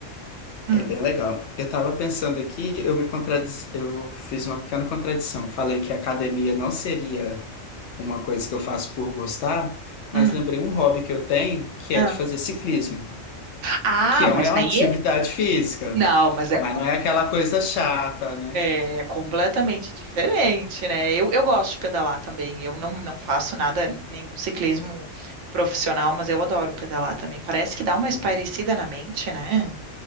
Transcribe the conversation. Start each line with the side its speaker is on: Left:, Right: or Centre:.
Right: Hum,
Left: É bem legal. Eu tava pensando aqui, eu me contradiz... eu fiz uma pequena contradição. Falei que a academia não seria uma coisa que eu faço por gostar, mas
Right: hum,
Left: lembrei um hobby que eu tenho, que
Right: ah.
Left: é de fazer ciclismo,
Right: Ah,
Left: que é
Right: mas
Left: uma <laughs> é uma
Right: aí,
Left: atividade física,
Right: não, mas é
Left: mas não é aquela coisa chata, né?
Right: É completamente diferente, né? Eu, eu gosto de pedalar também. Eu não, não faço nada, nenhum ciclismo profissional, mas eu adoro pedalar também. Parece que dá uma
Left: Uhum.
Right: espairecida na mente, né?